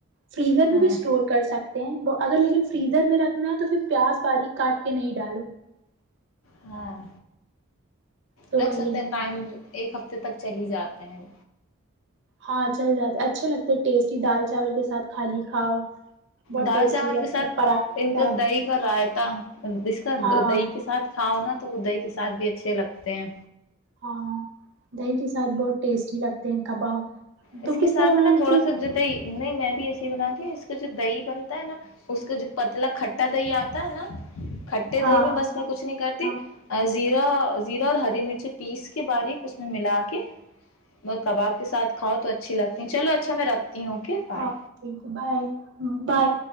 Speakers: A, on the right; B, on the left.
A: فریزر میں
B: ہاں
A: بھی <unintelligible> اسٹور کر سکتے ہیں وہ اگر لیکن فریزر میں رکھنا ہے تو پھر پیاز باریک کاٹ کے نہیں ڈالو <unintelligible>
B: ہاں
A: تو
B: رکھ
A: وہی
B: سکتے ہیں ٹائم ایک ہفتے <unintelligible> تک چلی جاتے ہیں <unintelligible>
A: ہاں چل جاتے اچھے لگتے ٹیسٹی دال چاول کے ساتھ خالی کھاؤ <unintelligible>
B: دال
A: ٹیسٹی
B: چاول
A: لگتا
B: کے ساتھ
A: ہے پراٹھا
B: ان کا دہی کا رائتہ <unintelligible> تا <unintelligible> اس کا
A: ہاں
B: دہی کے ساتھ کھاؤ نا تو وہ دہی کے ساتھ بھی اچھے اچھے لگتے ہیں
A: ہاں دہی کے ساتھ بہت ٹیسٹی لگتے ہیں کباب
B: اس
A: تم
B: کے
A: کس
B: ساتھ
A: طرح بناتی
B: نا تھوڑا
A: ہو
B: سا جدئی نہیں میں بھی ایسے ہی بناتی اس کا جو دہی بنتا ہے نا اس کا جو پتلا کھٹا دہی آتا ہے نا کھٹے
A: ہاں
B: دہی میں بس میں کچھ نہیں کرتی
A: ہاں
B: زیرا زیرا اور ہری مرچ پیس کے باریک اس میں ملا کے کباب کے ساتھ کھاؤ تو اچھی لگتی چلو اچھا میں رکھتی ہوں اوکے بائے
A: ہاں ٹھیک ہے بائے بائے